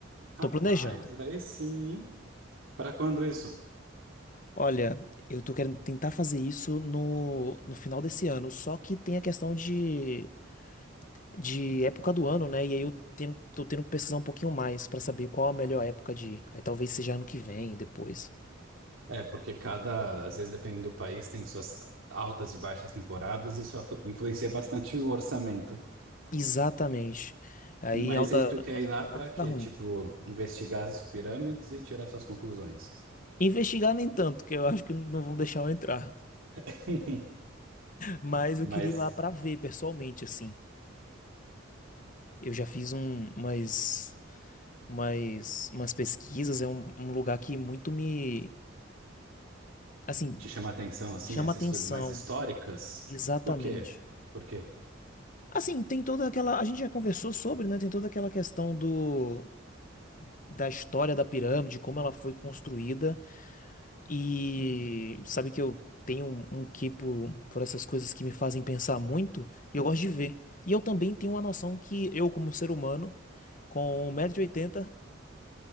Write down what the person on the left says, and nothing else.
Tô planejando.
Olha, eu tô querendo tentar fazer isso no, no final desse ano. Só que tem a questão de de época do ano, né? E aí eu tenho, tô tendo que pesquisar um pouquinho mais pra saber qual a melhor época de ir. Aí talvez seja ano que vem, depois.
Exatamente. Aí
em alta,
alta
temporada
fica
ruim.
Investigar nem tanto, que eu acho que não vão deixar eu entrar.
Mas eu
queria ir lá pra ver pessoalmente, assim. Eu já fiz um, umas, umas, umas pesquisas, é um, um lugar que muito me, assim,
chama
atenção.
Exatamente.
Assim, tem toda aquela. A gente já conversou sobre, né? Tem toda aquela questão do da história da pirâmide, como ela foi construída. E sabe que eu tenho um, um quê por, por essas coisas que me fazem pensar muito, e eu gosto de ver. E eu também tenho uma noção que eu, como ser humano, com um metro e oitenta